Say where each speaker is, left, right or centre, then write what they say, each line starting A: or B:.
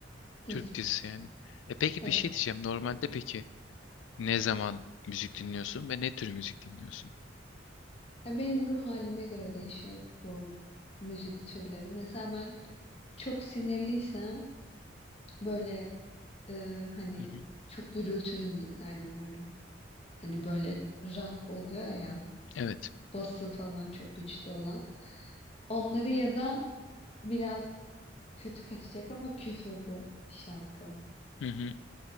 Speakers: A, on the left; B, on the left.
A: Dizi.
B: Türk dizisi yani. E peki
A: Evet.
B: bir şey diyeceğim. Normalde peki ne zaman müzik dinliyorsun ve ne tür müzik dinliyorsun?
A: Ya benim ruh halime göre değişiyor bu müzik türleri. Mesela ben çok sinirliysem böyle e, hani
B: Hı hı.
A: çok gürültülü müzikler dinliyorum. Hani böyle rock oluyor ya.
B: Evet.
A: Bası falan çok güçlü olan. Onları ya da biraz kötü kaçacak ama küfürlü şarkı
B: Hı hı.